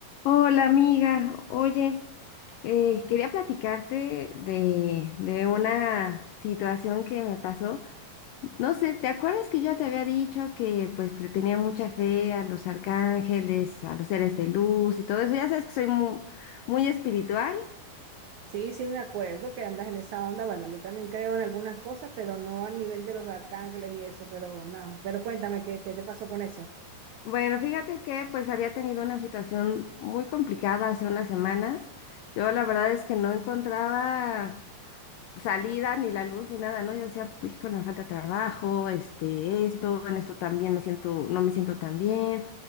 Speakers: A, on the left; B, on the right.
A: Hola amiga, oye, eh, quería platicarte de, de una situación que me pasó. No sé, ¿te acuerdas que yo ya te había dicho que pues le tenía mucha fe a los arcángeles, a los seres de luz y todo eso? Ya sabes que soy muy, muy espiritual.
B: Sí, sí, me acuerdo que andas en esa onda. Bueno, yo también creo en algunas cosas, pero no al nivel de los arcángeles y eso, pero no. Pero cuéntame, ¿qué, qué te pasó con eso?
A: Bueno, fíjate que pues había tenido una situación muy complicada hace unas semanas. Yo la verdad es que no encontraba salida, ni la luz, ni nada, ¿no? Yo decía, híjole, me falta trabajo, este, esto, en esto también me siento, no me siento tan bien.